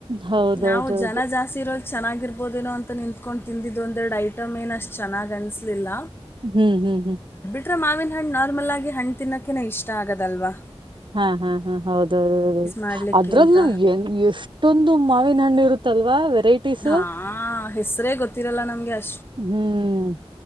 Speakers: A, on the right; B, on the left.
A: ಹೌದೌದೌದು
B: ನಾವು ಜನ ಜಾಸ್ತಿ ಇರೋ ಚೆನ್ನಾಗಿರ್ಬೋದೇನೋ ಅಂತ ನಿಂತ್ಕೊಂಡು ತಿಂದಿದ್ದು ಒಂದೆರಡು ಐಟಮ್ ಏನು ಅಷ್ಟು ಚೆನ್ನಾಗಿ ಅನ್ನಿಸಲಿಲ್ಲ
A: ಹ್ಮ್ ಹ್ಮ್ ಹ್ಮ್
B: ತ್ರ ಮಾವಿನ ಹನ್ ನಾ ನಾರ್ಮಲ್ ಆಗಿ ಹಣಗೆ ತಿನ್ನೋಕ್ಕೆೆ ಇಷ್ಟ ಆಗದಲ್ವಾ
A: ಹಾ ಹಾ ಹಾ ಹೌದೌ
B: ಮಾಡಲಿಕ್ಕಿಂತ
A: ಅದ್ರಲ್ಲೂ ಎಷ್ಟೊಂದು ಮಾವಿನ ಹಣ್ಣು ಇರುತ್ತೆ ತಲ್ವಾ ರೇಟಿಸು
B: ಹಾಂ ಹೆಸರೇ ಗೊತ್ತಿರಲ್ಲ ನಮಗೆ ಅಷ್ಟ
A: ಹ್ಮ್